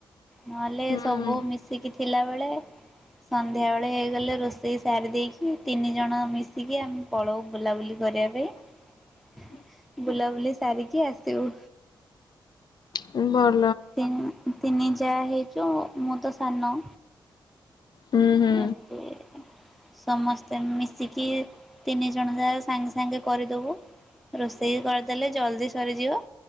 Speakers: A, in the centre; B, on the left.
A: ନହେଲେ
B: ହୁଁ
A: ସବୁ ମିଶିକି ଥିଲା ବେଳେ ସନ୍ଧ୍ୟା ବେଳେ ହେଇଗଲେ ରୋଷେଇ ସାରି ଦେଇକି ତିନି ଜଣ ମି ଶିକି ଆମେ ପଳଉ ବୁଲାବୁଲି କରିବା ପାଇଁ ବୁଲାବୁଲି ସାରିକି ଆସିବୁ।
B: ବ
A: ତିନ୍ ତିନି ଯା ହେଇଚୁ ମୁଁ ତ ସାନ।
B: ହୁଁ ହୁଁ
A: ଏତେ ସମସ୍ତେ ମିଶିକି ତିନି ଜଣ ଯା ସାଙ୍ଗେ ସାଙ୍ଗେ କରିଦବୁ। ରୋଷେଇ କରିଦେଲେ ଜଲ୍ଦି ସରିଯିବ।